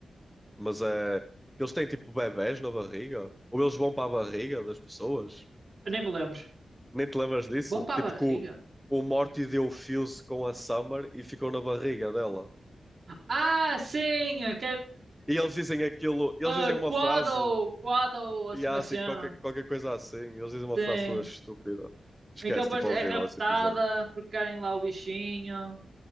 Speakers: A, in the centre; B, on the right.
A: Mas é. Que eles têm tipo bebés na barriga? Ou eles vão para a barriga das pessoas?
B: eu nem me lembro.
A: Nem te lembras disso?
B: Bom para
A: Tipo
B: a barriga.
A: que o, o Morty deu o fuse com a Summer e ficou na barriga dela.
B: Ah, sim! eh,
A: E eles dizem aquilo, eles
B: Uh,
A: dizem uma
B: Quaddle,
A: frase,
B: Quaddle, assim
A: e há
B: uma
A: assim,
B: cena.
A: qualquer, qualquer coisa assim. Eles dizem uma
B: Sim.
A: frase toda estúpida. Esquece,
B: Em que ele depois
A: tipo,
B: é
A: horrível
B: raptada
A: esse episódio.
B: porque querem lá o bichinho.